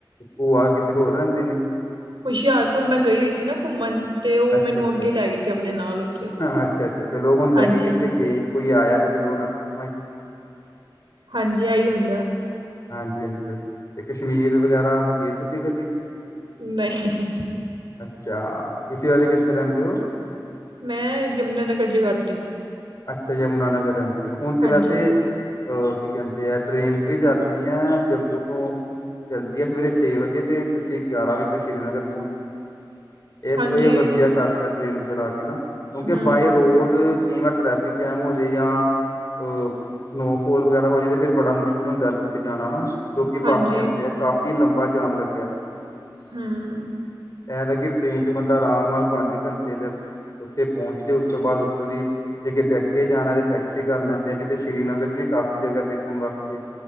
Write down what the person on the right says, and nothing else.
ਹੁਸ਼ਿਆਰਪੁਰ ਮੈਂ ਗਈ ਹੋਈ ਸੀ ਨਾ ਘੁੰਮਣ। ਤੇ ਉਹ
ਮੈਨੂੰ ਅੱਗੇ ਲੈ ਗਏ ਸੀ ਆਪਣੇ ਨਾਲ ਉੱਥੇ
ਹਾਂਜੀ
ਹਾਂਜੀ ਆਈ ਹੁੰਦਾ।
ਨਹੀਂ।
ਮੈਂ, ਯਮੁਨਾਨਗਰ ਜਗਾਦਰੀ।
ਹਾਂਜੀ
ਹਾਂਜੀ
ਹਮ
ਹਾਂਜੀ
ਹਮ